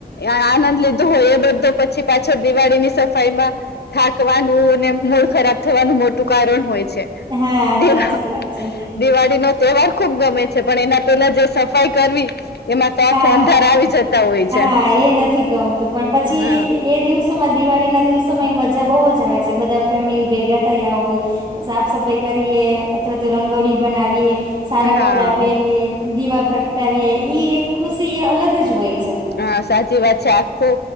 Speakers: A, on the left; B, on the right.
A: આનંદ લીધો હોય એ બધો પછી પાછળ દિવાળી ની સફાઈ માં થાકવાનું અને મૂળ ખરાબ થવાનું મોટું કારણ હોય છે.
B: હા
A: દિવા
B: સાચી વાત છે.
A: દિવાળીનો તહેવાર ખુબ ગમે છે પણ એના પેલા જે સફાઈ કરવી એમાં તો આખે
B: હા
A: અંધારા આવી જતા હોય
B: હા
A: છે.
B: એ નથી ગમતું પણ પછી
A: હા
B: એ દિવસોમાં દિવાળી ના દિવસો માં તો ઈ મજા બહુ જ આવે છે બધા ફેમિલી ભેગા થયા હોય સાફ સફાઈ કરીએ અથવા તો રંગોળી બનાવીએ સારા
A: હા
B: કપડાં પહેરીએ. દીવા પ્રગટાવીએ ઈ એક ખુશી એ અલગ જ હોય છે
A: હ સાચી વાત છે આખું